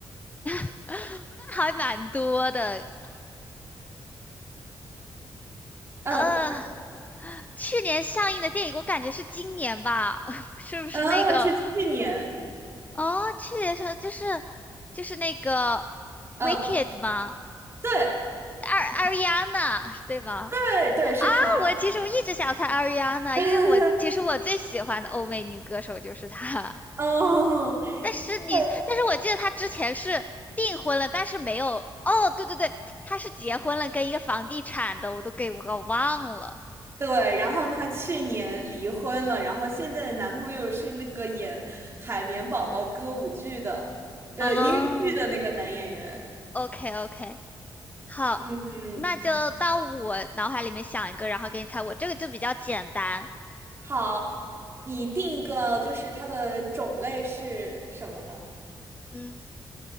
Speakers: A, on the left; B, on the right.
A: <laughs> 那还蛮多的。
B: 嗯
A: 呃，去年上映的电影，我感觉是今年吧，<laughs> 是不是那个？
B: 嗯，是去年，
A: 哦，去年上就是就是那个
B: 嗯，
A: 《Wicked》吗？
B: 对
A: 二艾 r i a 对吧？
B: 对对，是他。
A: 啊，我其实我一直想猜 a r 安娜，
B: <laughs>
A: 因为我其实我最喜欢的欧美女歌手就是她。
B: 哦，
A: 但是你，
B: <laughs>
A: 但是我记得她之前是订婚了，但是没有。哦，对对对，她是结婚了，跟一个房地产的，我都给我忘了。
B: 对，然后她去年离婚了，然后现在的男朋友是那个演《海绵宝宝》歌舞剧的，呃，
A: 哦
B: 音乐剧的那个男演员。
A: ，OK OK，好，
B: 嗯嗯，
A: 那就到我脑海里面想一个，然后给你猜我。这个就比较简单，
B: 好，你定一个，就是它的种类是什么呢？
A: 嗯，